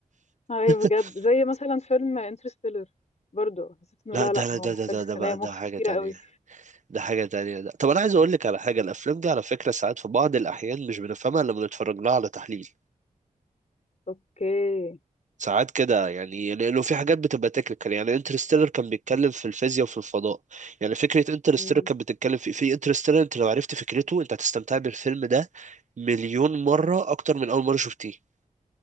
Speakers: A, on the left; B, on the right.
A: اي
B: <laughs>
A: بجد زي مثلا فيلم انترستيلر برضو حسيت انه
B: لا
A: لا
B: ده
A: لا
B: لا
A: هو
B: ده
A: محتاج
B: ده ده ده
A: خلايا
B: بقى
A: مخ
B: ده حاجة
A: كتيرة
B: تانية
A: قوي
B: ده حاجة تانية ده. طب أنا عايز أقول لك على حاجة الأفلام دي على فكرة ساعات في بعض الأحيان مش بنفهمها إلا لما بنتفرج لها على تحليل
A: اوكي
B: ساعات كده يعني لأنه في حاجات بتبقى تكنيكال يعني انترستيلر كان بيتكلم في الفيزياء وفي الفضاء يعني فكرة انترستيلر
A: مم.
B: كانت بتتكلم في في انترستيلر أنت لو عرفت فكرته أنت هتستمتع بالفيلم ده مليون مرة أكتر من أول مرة شفتيه